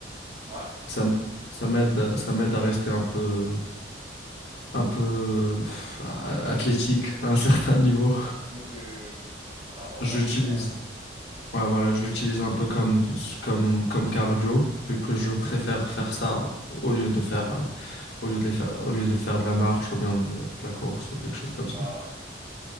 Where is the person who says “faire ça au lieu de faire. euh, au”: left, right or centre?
Left